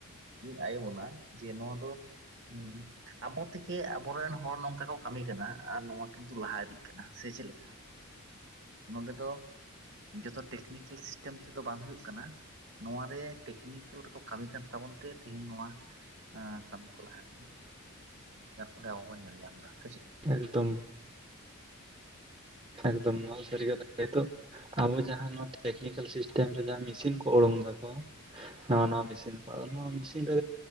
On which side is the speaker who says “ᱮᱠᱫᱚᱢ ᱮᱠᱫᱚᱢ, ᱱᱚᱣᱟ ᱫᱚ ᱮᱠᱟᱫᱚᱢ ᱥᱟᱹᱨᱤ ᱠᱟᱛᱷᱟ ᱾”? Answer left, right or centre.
Right